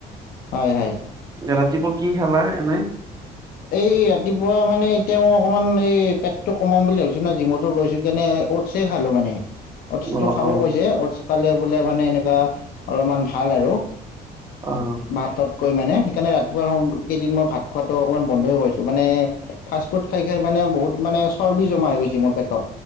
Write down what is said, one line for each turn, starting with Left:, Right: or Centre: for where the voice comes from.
Left: হয় হয়
Right: এতিয়া ৰাতিপুৱা কি খালা এনে?
Left: এই ৰাতিপুৱা মানে এতিয়া মই অকনমান এই পেটটো কমাম বুলি ভাবিছোঁ না জিমতো গৈছোঁ কেনে অ'টচে খালো মানে। অ'টচটো
Right: অ',
Left: খাব
Right: অ',
Left: কৈছে অটচ খালে বোলে মানে এনেকুৱা অলপমান ভাল আৰু।
Right: অঁ।
Left: ভাততকৈ মানে সেইকাৰণে ৰাতিপুৱা কেইদিন মই ভাত খোৱাটো অকণমান বন্ধই কৰিছো মানে ফাষ্টফুড খাই খাই মানে বহুত মানে চৰ্বি জমা হৈ গৈছে মোৰ পেটত।